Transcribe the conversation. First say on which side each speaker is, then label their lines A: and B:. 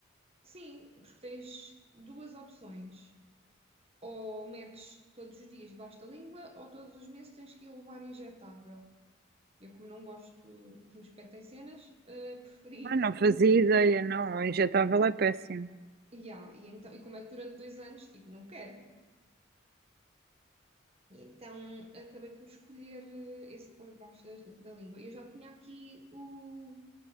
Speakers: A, on the right; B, on the right.
A: Sim, porque tens duas opções. Ou metes todos os dias debaixo da língua, ou todos os meses tens que ir levar injetável. Eu, como não gosto que me espetem cenas, ah, preferi
B: Ah, não fazia ideia, não. O injetável é péssimo.
A: E, e, então, e como é que durante dois anos, tipo, não quero. E então acabei por escolher eh, esse de pôr debaixo das- da língua. Eu já tinha aqui o,